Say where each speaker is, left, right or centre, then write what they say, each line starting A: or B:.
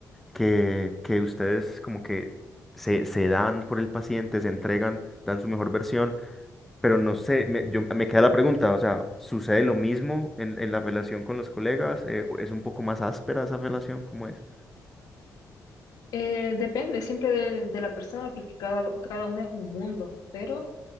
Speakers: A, in the centre; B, on the left.
A: que, que ustedes como que se, se dan por el paciente, se entregan, dan su mejor versión, pero no sé, me, yo, me queda la pregunta, o sea, ¿sucede lo mismo en, en la relación con los colegas? Eh, ¿es un poco más áspera esa relación? ¿Cómo es?
B: Eh, depende siempre de, de la persona porque cada, cada una es un mundo, pero